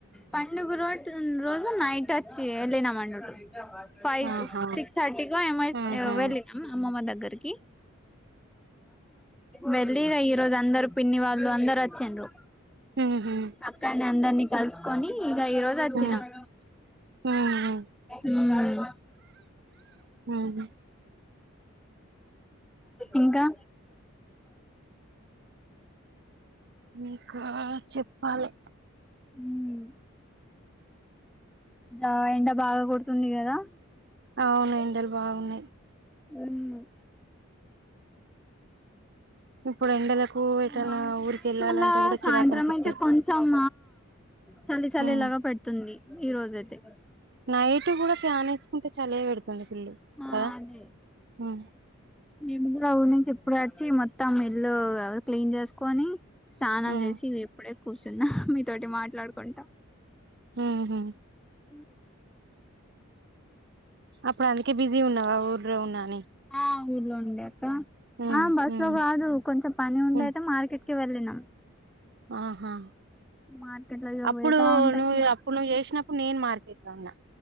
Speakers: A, in the centre; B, on the right (about 50°).
A: పండుగ రోటు రోజు నైట్ వచ్చి వెళ్ళినమండి ఆండి ఫైవ్
B: ఆహా
A: కు సిక్స్ థర్టీ కో ఎమో ఐ
B: ఆహా
A: వెళ్ళినాం అమ్మమ్మ దగ్గరకి వెళ్ళిరా ఈరోజు అందరూ పిన్ని వాళ్ళు అందరు వచ్చిండ్రు
B: ఉహు
A: అక్కన్నే అందరినీ కలిసి కానీ గ ఈ రోజు వచ్చినాం
B: ఉహు ఉహు
A: ఉమ్
B: ఉహు
A: ఇంకా
B: ఇంకా చెప్పాలి
A: ఉమ్ దా ఎండ బాగా కొడుతుంది కదా
B: అవును ఎండలు బాగున్నాయి
A: మ్మ్ హ్
B: ఇప్పుడు ఎండలకు ఎటన్నా
A: బాగున్నాయి
B: ఊరికి వెళ్ళాలంటే
A: మళ్ళా
B: కూడా
A: సాయంత్రం
B: చిరాకు అనిపిస్తది
A: అయితే కొంచెం చలి చల్లిలాగా
B: ఉమ్
A: పెడుతుంది ఈ రోజ అయితే
B: నైట్ కూడా స ఆనేేసుకుంటే చలవిడుత ది పల్ళ
A: ఆ
B: కదా
A: అదే
B: బ
A: మేము కూడా అఊరి నుంచి ఎప్పుడు వచ్చి మొత్తం ఇల్లు క్లీన్ చేసుకొని స్నానం
B: ఉమ్
A: చేసి ఇప్పుడే కూర్చున్నా మీతోోటి మాట్లాడుకుంటాం
B: హ
A: అ
B: అప్పుడు అందుకే బిజీ ఉన్నావా ఊర్లో ఉన్నాని
A: ఆ ఊర్లో ఉండే అక్క
B: ఉమ్
A: ఆ బస్
B: ఉమ్
A: లో కాదు కొంచెం పని ఉండ
B: ఉమ్
A: అయితే మార్కెట్ వెళ్ళిన
B: ఆహా
A: మార్కెట్ లో ఇగ
B: అప్పుడు
A: పోయేదా ఉంటది
B: నువ్వు అప్పుడు నువ్వు చేసినప్పుడు నేను మార్కెట్ లో ఉన్నా